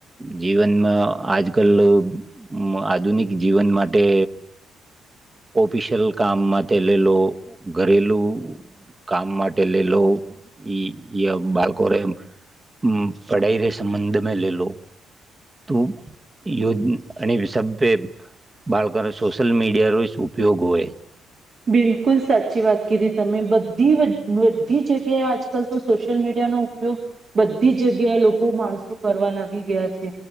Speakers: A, on the right; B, on the right.
A: જીવનમાં આજ કલ લોગ આધુનિક જીવન માટે ઓફિશિયલ કામમાં તે લલો ઘરેલું કામ માટે લેલો ઈ એ બાળકોને હમ પડાઈ કે સંબંધ મે લે લો તું યોજ અને <unintelligible> બાળકોને સોશિયલ મીડિયાનો જ ઉપયોગ હોય
B: બિલકુલ સાચી વાત કીધી તમે બધી બધી જગ્યાએ આજકાલ તો સોશિયલ મીડિયા નો ઉપયોગ બધી જગ્યાએ લોકો માણસો કરવા લાગી ગયા છે